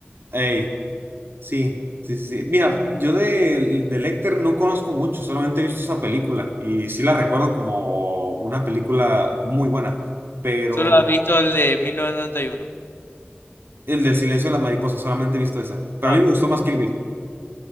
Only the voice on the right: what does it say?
Ey, sí, sí, sí, sí. Mira, yo de, de Lecter no conozco mucho, solamente he visto esa película y sí la recuerdo como una película muy buena, pero
el del silencio de las mariposas, solamente he visto esa. Pero
a mí me gustó más Kill Bill.